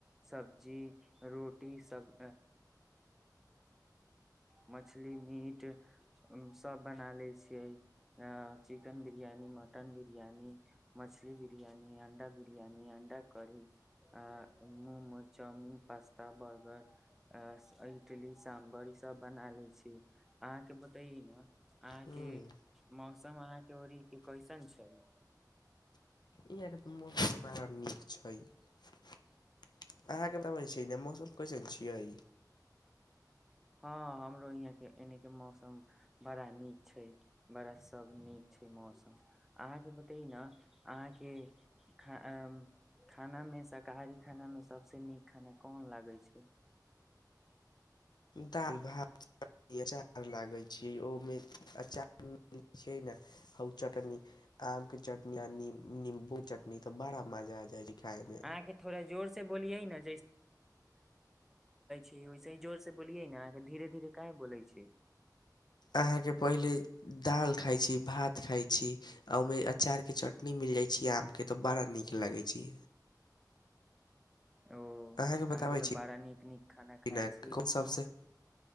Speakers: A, in the centre; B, on the left (about 75°).
A: सब्जी रोटी सब मछली मीट। सभ बना लै छियै, चिकेन बिरियानी, मटन बिरियानी, मछली बिरियानी, अण्डा बिरियानी, अण्डा करी, आ momos, chowmein, pasta, burger, idli, sambar, ईसभ बना लै छीय। अहाँ के बताइए न। अहाँके
B: ह्म
A: मौ मौसम अहाँके र के कैसन छल।
B: इ मौसम बड़ा नीक छै, अहाँके बताबै <unintelligible> छी ने मौसम कैसन छियै
A: हँ हमरो यहाँके एनके मौसम बड़ा नीक छै, बड़ा सभ नीक छै मौसम, अहाँके बतै ने, अहाँके खा खानामे, शाकाहारी खानामे सभसँ नीक खाना कोन लागै छै?
B: दालि -भात अचार लागै छी, ओहिमेार अचार <unintelligible> छै ने हउ चटनी आम के चटनी, आ निम्बू चटनी, तऽ बड़ा मजा आ जाइ छै खाय मे।
A: अहाँके थोड़ा जोर से बोलियै न वैसेी जोर से बोलियै ने, अहाँ धीरे धीरे क बोलै छै।
B: अहाँके पहिले दालि खाइत छी भात खाइत छी आ ओहिमे अचारके चटनी मिल जाइत छै आमके तऽ बड़ा नीक लगैत छै।
A: ओ
B: अहाँके बताबै
A: तऽ
B: छीन
A: बड़ा नीक नीक खाना खाइ छी
B: सबसँ